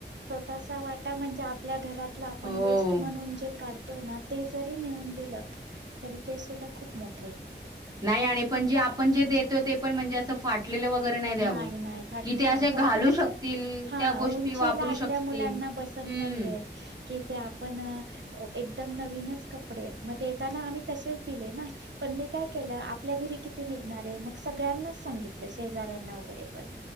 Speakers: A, on the right; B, on the right.
A: छोटासा वाटा म्हणजे आपल्या घरातला आपण
B: हो.
A: वेस्ट म्हणून जे काढतो- तो ना, तो जरी नेऊन दिलं तरी ते सुद्धा खूप मोठ-
B: नाही आणि पण जे आपण जे देतोय ते पण म्हणजे असं फाटलेलं वगैरे द्यावं.
A: नाही नाही फाटले
B: कि ते
A: नाही.
B: असे घालू
A: फक्त, क
B: शकतील
A: ज हा
B: त्या गोष्टी
A: उंचीला
B: वापरू
A: आपल्या
B: शकतील.
A: मुलांना- बसत
B: हम्म.
A: नाहीएत. कि ते आपण अ एकदम नवीनच कपडे आहेत म देताना आम्ही तसेच दिले ना. पण मी काय केलं आपल्या घरी किती निघणार आहे मग सगळ्यांनाच सांगितलं शेजाऱ्यांना वगैरे पण.